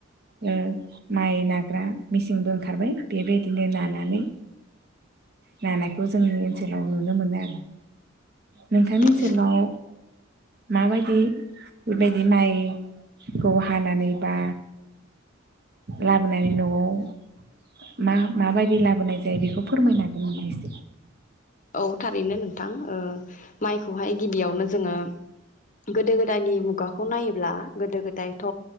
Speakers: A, on the right; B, on the left.
A: ओ माइ नाग्रा मेसिंबो ओंखारबाय बेबायदिनो नानानै नानाय खौ जोंनि ओनसोलाव नुनो मोनो आरो नोंथांनि ओनसोलाव
B: औ
A: माबायदि बेबायदि माइखौ हानानै बा लाबोनानै न'आव मा मा माबायदि लाबोनाय जायो बेखौ फोरमायनो हागोन नामा एसे
B: औ थारैनो नोंथां ओ माइखौहाय गिबियावनो जोङो गोदो गोदायनि मुगाखौ नायोब्ला गोदो गोदायथ'